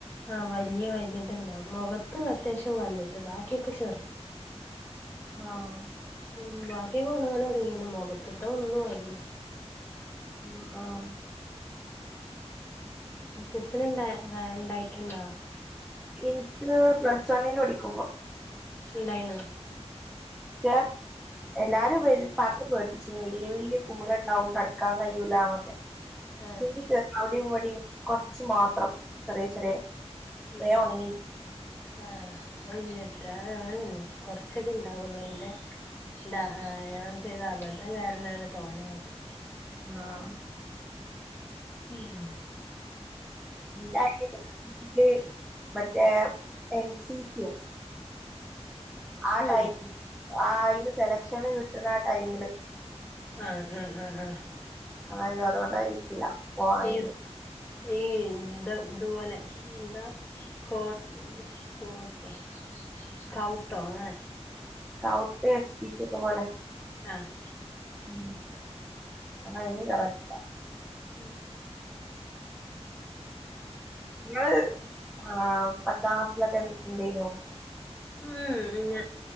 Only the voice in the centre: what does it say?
ആഹ്‌
മ് ആഹ്
ഇൻക്ക് പ്ലസ് വണ്ണിന് പഠിക്കുമ്പം
പക്ഷേ എല്ലാരും വരും പർഞ് പേട്പ്പിച്ചീനി ‌ വല്ല്യ വല്ല്യ കുമ്ളണ്ടാവും കെടക്കാൻ കഴിയൂല്ലാന്നൊക്കെ പക്ഷേ
ഇൻക്ക് ചെറി അവ്ടീം ഇവ്ടീം കൊർച്ച് മാത്രം ചെറിയ ചെറിയ
വേം ഒണങ്ങി
ആഹ്‌
ഇണ്ടായിനി മറ്റേ. എൻ സി സിയോ ആ
ടൈ ആ അയിന് സെലക്ഷന് കിട്ട്ണ ആ ടൈമില്
അതായത് അതോണ്ടായിരിക്കില്ല പോവാഞ്ഞെ
സ്കൗട്ട് എൻ സി സിയൊക്ക പോലെ?
ഉം അതയിന് കറക്റ്റ
ളങ്ങള് ആ പത്താംക്ലാസിലൊക്കെ എന്തെയിനു?